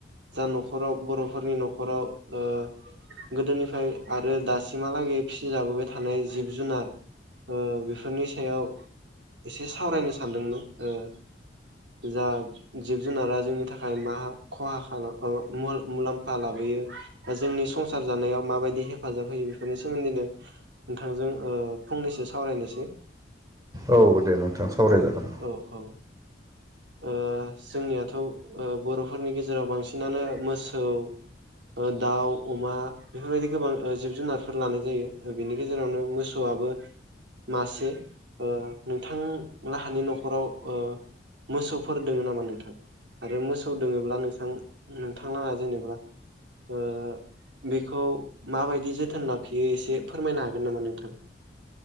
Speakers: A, on the right (about 75°); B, on the right (about 20°).
A: जा न'खराव बर'फोरनि न'खराव ओ गोदोनिफ्राय आरो दासिमहालागै फिसिजाबोबाय थानाय जिब जुनार ओ बेफोरनि सायाव एसे सावरायनो सानदोंमोन ओ जा जिब जुनारा जोंनि थाखाय मा खहा खालाम औ मु-मुलाम्फा लाबोयो जोंनि संसार जानायाव माबायदि हेफाजाब होयो बेफोरनि सोमोन्दैनो नोंथांजों ओ फंनैसो सावरायनोसै।
B: औ दे नोंथां। सावरायजागोन
A: औ औ। ओ जोंनियाथ' ओ बर'फोरनि गेजेराव बांसिनानो मोसौ ओ दाउ अमा बेफोरबायदि गोबां ओ जिब जुनारफोर लानाय जायो बेनि गेजेरावनो मोसौआबो मासे ओ नोंथां लाहानि न'खराव ओ मोसौफोर दोङो नामा नोंथां आरो मोसौ दोङोब्ला नोंसां नोंथांआ जेनेबा ओ बेखौ माबायदि जोथोन लाखियो एसे फोरमायनो हागोन नामा नोंथां?